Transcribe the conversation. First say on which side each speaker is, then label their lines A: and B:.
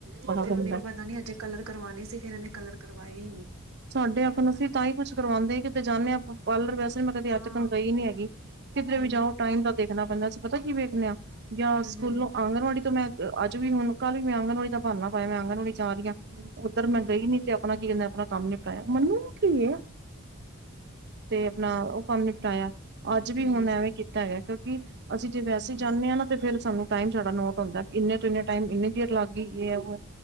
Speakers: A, on the right; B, on the right.
A: ਬੜਾ
B: ਫੇਰ
A: ਗੰਦਾ
B: ਉਹਨੇ ਪਤਾ ਨੀ ਅਜੇ ਕਲਰ ਕਰਵਾਉਣੇ ਸੀ ਫਿਰ ਉਹਨੇ ਕਲਰ ਕਰਵਾਏ ਹੀ ਨੀ।
A: ਸਾਡੇ
B: ਹਜੇ
A: ਅਖਣ
B: ਤੱਕ
A: ਅਸੀਂ ਤਾਂ ਹੀ ਕੁਛ ਕਰਵਾਉਂਦੇ ਨੀ, ਕਿਤੇ ਜਾਂਦੇ ਹਾਂ ਪਾਰਲਰ ਵੈਸੇ ਮੈਂ ਕਦੇ
B: ਹਾਂ
A: ਅੱਜ ਤਕ ਗਈ ਨੀ ਹੈਗੀ। ਕਿਧਰੇ
B: ਹੂੰ
A: ਵੀ ਜਾਓ ਟਾਈਮ ਦਾ ਦੇਖਣਾ ਪੈਂਦਾ, ਅਸੀਂ ਪਤਾ ਕੀ ਵੇਖਨੇ ਹਾਂ ਜਾਂ
B: ਹੂੰ
A: ਸਕੂਲੋਂ
B: ਹੂੰ ਹੂੰ
A: ਆਂਗਣਵਾੜੀ ਤੋਂ ਮੈਂ ਅੱਜ ਵੀ ਹੁਣ ਕੱਲ ਵੀ ਮੈਂ ਆਂਗਨਵਾੜੀ ਦਾ ਬਾਨਾ ਪਾਇਆ ਮੈਂ ਆਂਗਨਵਾੜੀ ਜਾ ਰੀ ਆ
B: ਹੂੰ
A: ਉੱਧਰ
B: ਹੂੰ
A: ਮੈਂ ਗਈ ਨੀ। ਤੇ ਆਪਣਾ ਕੀ ਕੇਂਦੇ ਆਪਣਾ ਕੰਮ ਨ ਟਾਆ ਮਨੂੰ ਕੀ ਐ ਤੇ ਆਪਣਾ ਉਹ ਕੰਮ ਨਿਪਟਾਇਆ। ਅੱਜ ਵੀ
B: ਹੂੰ
A: ਹੁਣ ਐਵੇਂ ਕੀਤਾ ਹੇਗਾ ਕਿਉਂਕਿ ਅਸੀਂ ਜੇ
B: ਹੂੰ
A: ਵੈਸੇ ਜਾਨੇ ਆ ਨਾ ਤੇ ਫੇਰ ਸਾਨੂੰ ਟਾਈਮ ਜਾਦਾ ਨੋਟ ਹੁੰਦਾ ਇੰਨੇ ਤੋਂ ਇਨੇ ਟਾਈਮ, ਇੰਨੀ ਦੇਰ ਲੱਗ ਗਈ ਯੇ ਐ ਵੋ,